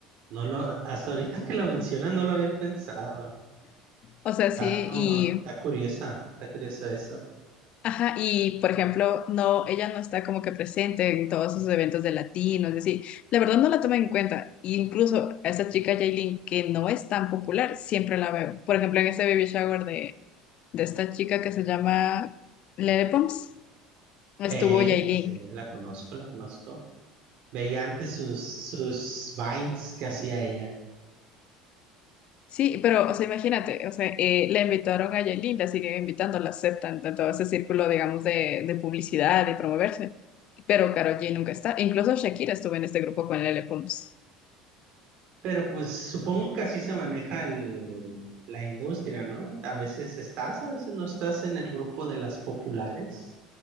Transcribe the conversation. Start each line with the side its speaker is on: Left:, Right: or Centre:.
Right: No lo, hasta ahorita que lo mencionas no lo había pensado.
Left: O sea,
Right: Está
Left: sí,
Right: como, está curiosa, está curioso eso.
Left: Ajá, y por ejemplo, no, ella no está como que presente en todos esos eventos de latinos, es decir, la verdad no la toma en cuenta. E incluso a esa chica Jailin, que no es tan popular, siempre la veo. Por ejemplo, en ese baby shower de, de esta chica que se llama Lele Pons, estuvo
Right: Eh,
Left: Yailin.
Right: sí, la conozco, la conozco. Veía antes sus, sus vines que hacía ella.
Left: Sí, pero, o sea, imagínate, o sea, eh, le invitaron a Yailin, la siguen invitando, la aceptan, de todo ese círculo, digamos, de, de publicidad y promoverse. Pero Karol G nunca está. Incluso Shakira estuvo en este grupo con Lele Pons.
Right: Pero pues supongo que así se maneja el, la industria, ¿no? A veces estás, a veces no estás en el grupo de las populares.